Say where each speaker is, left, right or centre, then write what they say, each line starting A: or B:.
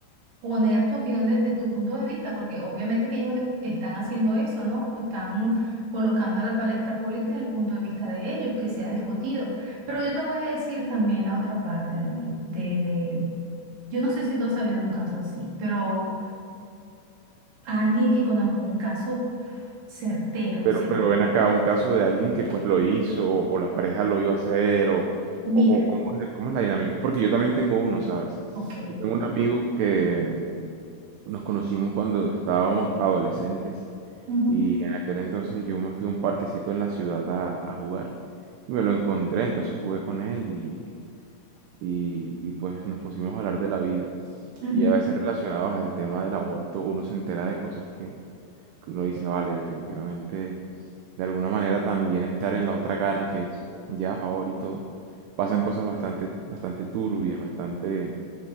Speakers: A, on the right; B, on the right.
A: poner tu opinión de, de tu punto de vista, porque obviamente que ellos están haciendo eso, ¿no? Están colocando a la palestra pública el punto de vista de ellos, que se ha discutido. Pero yo te voy a decir también la otra parte, David, de, de Yo no sé si tú has sabido un caso así, pero a alguien que conozco un caso certero,
B: Pero,
A: o sea,
B: pero ven acá un caso de alguien que pues lo hizo, o, o la pareja lo iba a hacer, o,
A: mira,
B: o, o ¿cómo, es cómo es la dinámica? Porque yo también tengo uno, ¿sabes?
A: ok,
B: Yo tengo un amigo que nos conocimos cuando estábamos adolescentes
A: ujú,
B: Y en aquel entonces yo me fui a un parquecito en la ciudad a, a jugar y me lo encontré, entonces jugué con él y, y, y pues nos pusimos a hablar de la vida.
A: ujú,
B: Y a veces relacionados al tema del aborto uno se entera de cosas que, que uno dice, vale, definitivamente, de alguna manera también estar en la otra cara que es ya a favor y todo. Pasan
A: ujú.
B: cosas bastante, bastante turbias, bastante...